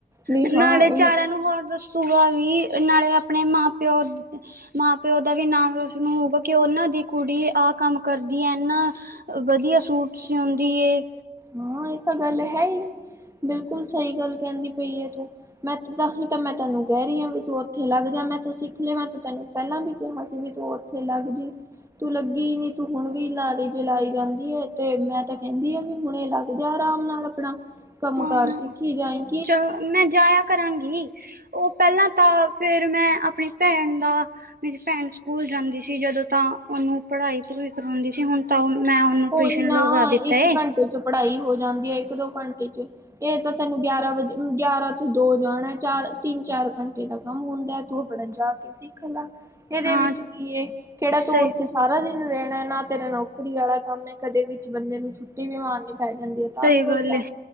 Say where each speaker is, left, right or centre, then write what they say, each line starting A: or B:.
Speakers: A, on the right; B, on the right.
A: ਵੀ
B: ਏ
A: ਹਾਂ
B: ਨਾਲੇ
A: ਇਹਨੇ
B: ਚਾਰਾ ਨੂੰ ਹੋਰ ਦੱਸੋ। ਭੂਆ ਵੀ ਨਾਲੇ ਆਪਣੇ ਮਾਂ- ਪਿਓ ਮਾਂ -ਪਿਓ ਦਾ ਵੀ ਨਾਮ ਰੋਸ਼ਨ ਹੋਊਗਾ ਕਿ ਉਹਨਾਂ ਦੀ ਕੁੜੀ ਆਹ ਕੰਮ ਕਰਦੀ ਹੈ ਏਨਾ। ਵਧੀਆ ਸੂਟ ਸਿਉਂਦੀ ਏ।
A: ਹਾਂ ਇਹ ਤਾਂ ਗੱਲ ਹੈ ਹੀ ਬਿਲਕੁਲ ਸਹੀ ਗੱਲ ਕਹਿੰਦੀ ਪਈ ਏ ਤੂੰ। ਮੈਂ ਤ ਤਾਂਹੀ ਤਾਂ ਮੈਂ ਤੈਨੂੰ ਕਹਿ ਰਹੀ ਹਾਂ ਵੀ ਤੂੰ ਉੱਥੇ ਲੱਗ ਜਾ ਮੈਂ ਤ ਸਿੱਖ ਲਿਆ ਮੈ ਤ ਤੈਨੂੰ ਪਹਿਲਾਂ ਵੀ ਕਿਹਾ ਸੀ ਵੀ ਤੂੰ ਉੱਥੇ ਲੱਗ ਜੀ। ਤੂੰ ਲੱਗੀ ਹੀ ਨੀ ਤੂੰ ਹੁਣ ਵੀ ਲਾਰੇ ਦੇ ਲਈ ਜ ਲਈ ਜਾਂਦੀ ਹੈ ਤੇ ਮੈਂ ਤਾਂ ਕਹਿੰਦੀ ਆ ਵੀ ਹੁਣ ਲੱਗ ਜਾ ਆਰਾਮ ਨਾਲ ਆਪਣਾ ਕੰਮ
B: ਹਾਂ
A: ਕਾਰ
B: ਹਾਂ
A: ਸਿੱਖੀ ਜਾਈਂ।
B: ਚਲੋ ਮੈਂ ਜਾਇਆ ਕਰਾਂਗੀ। ਉਹ ਪਹਿਲਾਂ ਤਾਂ ਫਿਰ ਮੈਂ ਆਪਣੀ ਭੈਣ ਦਾ ਮੇਰੀ ਭੈਣ ਸਕੂਲ ਜਾਂਦੀ ਸੀ ਜਦੋਂ ਤਾਂ ਉਹਨੂੰ ਪੜ੍ਹਾਈ ਪੂੜਈ ਕਰਾਉਂਦੀ ਸੀ ਹੁਣ ਤਾਂ ਮੈਂ ਉਹਨੂੰ
A: ਕੋਈ
B: ਟਿਊਸ਼ਨ
A: ਨਾ
B: ਲਗਵਾ ਦਿੱਤਾ
A: ਇੱਕ
B: ਏ।
A: ਘੰਟੇ 'ਚ ਪੜ੍ਹਾਈ ਹੋ ਜਾਂਦੀ ਏ ਇੱਕ ਦੋ ਘੰਟੇ 'ਚ ਇਹ ਤਾਂ ਤੈਨੂੰ ਗਿਆਰਾਂ ਵਜੇ ਗਿਆਰਾਂ ਤੋਂ ਦੋ ਜਾਣਾ ਚਾਰ ਤਿੰਨ- ਚਾਰ ਘੰਟੇ ਤੱਕ ਹਾਂ ਹੁੰਦਾ ਤੂੰ ਆਪਣਾ ਜਾ ਕੇ ਸਿੱਖ ਲਾ। ਇਹਦੇ
B: ਹਾਂ
A: ਵਿੱਚ ਕੀ ਏ ਕਿਹੜਾ ਤੂੰ
B: ਸਹੀ
A: ਉੱਥੇ ਸਾਰਾ ਦਿਨ ਰਹਿਣਾ ਨਾ ਤੇਰਾ ਨੌਕਰੀ ਆਲਾ ਸਮੇ ਕਦੇ ਵਿੱਚ ਬੰਦੇ ਨੂੰ ਛੁੱਟੀ ਵੀ ਮਾਰਨੀ ਪੈ ਜਾਂਦੀ ਏ ਤਾਂ
B: ਸਹੀ
A: ਵੀ ਕੋਈ
B: ਗੱਲ
A: ਗਲ
B: ਏ